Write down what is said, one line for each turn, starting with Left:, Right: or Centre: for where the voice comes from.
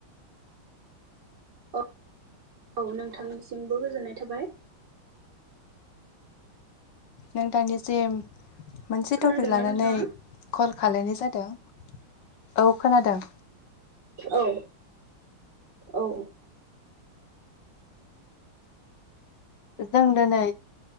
Right: औ औ नोंथांनिसिमबो गोजोननाय थाबाय।
Left: नोंथांनिसिम मोनसे
Right: खोनादोंना
Left: टपिक लानानै
Right: नोंथाङा?
Left: कल खालायनाय जादों औ खोनादों
Right: औ औऔ
Left: जों दिनै